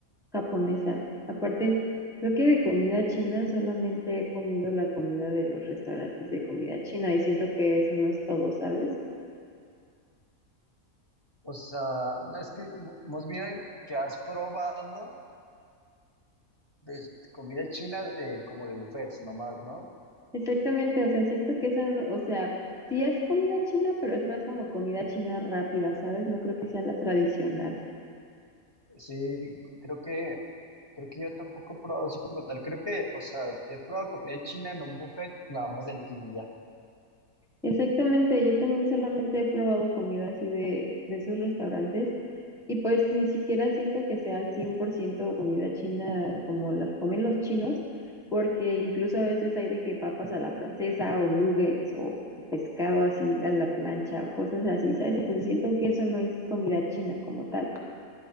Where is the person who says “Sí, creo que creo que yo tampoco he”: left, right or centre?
Left